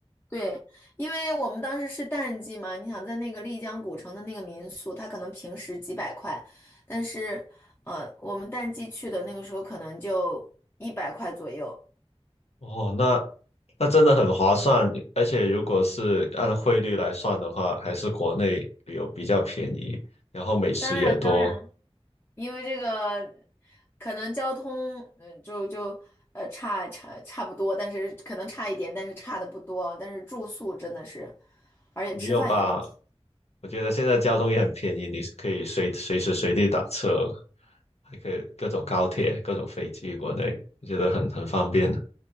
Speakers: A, on the left; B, on the left.
A: 对，因为我们当时是淡季嘛，你想在那个丽江古城的那个民宿，它可能平时几百块，但是，呃，我们淡季去的那个时候可能就一百块左右。
B: 哦，那那真的很划算。而且如果是按汇率来算的话，还是国内旅游比较便宜，然后美食也多。
A: 当然，当然，因为这个可能交通，嗯、就就呃差差差不多，但是可能差一点，但是差的不多，但是住宿真的是，而且吃饭也很便
B: 没有吧？我觉得现在交通也很便宜，你可以随随时随地打车。还可以各种高铁、各种飞机，国内我觉得很很方便的。